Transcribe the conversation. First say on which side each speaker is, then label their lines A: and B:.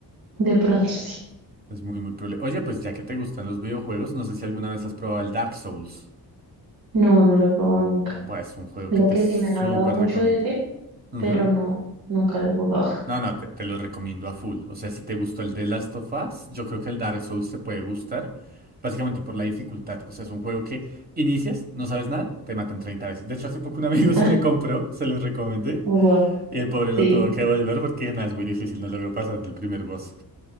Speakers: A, on the right; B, on the right.
A: De pronto <laughs> sí.
B: Es muy, muy probable. Oye, pues ya que te gustan los videojuegos, no sé si alguna vez has probado el Dark Souls.
A: No, no lo he probado nunca.
B: Buah, es un juego
A: Mira
B: que te
A: que
B: súper
A: sí me han hablado mucho
B: recomiendo.
A: de ese,
B: Ujú.
A: pero no, nunca lo he jugado.
B: No, no, te, te lo recomiendo a full. O sea, si te gustó el de Last of Us, yo creo que el Dark Souls te puede gustar. Básicamente por la dificultad. O sea, es un juego que inicias, no sabes nada, te matan 30 veces. De hecho, hace poco un amigo
A: <laughs>
B: <laughs> se le compró, se lo recomendé.
A: Oh, wow,
B: Y el pobre lo
A: sí.
B: tuvo que volver porque nada, es muy difícil, no logró pasar del primer boss.